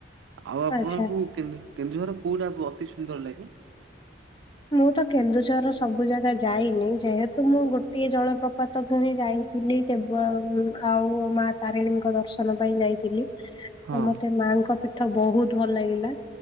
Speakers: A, on the right; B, on the left.
A: ଆଉ ଆପଣଙ୍କୁ
B: ଆଚ୍ଛା।
A: କେନ୍ଦୁ କେନ୍ଦୁଝର କଉଟା ଆପ ଅତି ସୁନ୍ଦର ଲାଗେ?
B: ମୁଁ ତ କେନ୍ଦୁଝରର ସବୁ ଜାଗା ଯାଇନି ଯେହେତୁ ମୁଁ ଗୋଟିଏ ଜଳ ପ୍ର ପାତ ଯାଇଥିଲି କେବଳ ଆଉ ପୁଅ ମା ତାରିଣୀଙ୍କ ଦର୍ଶନ ପାଇଁ ଯାଇଥିଲି
A: ହଁ
B: ତ ମତେ ମାଙ୍କ ପୀଠ ବହୁତ ଭଲ ଲାଗିଲା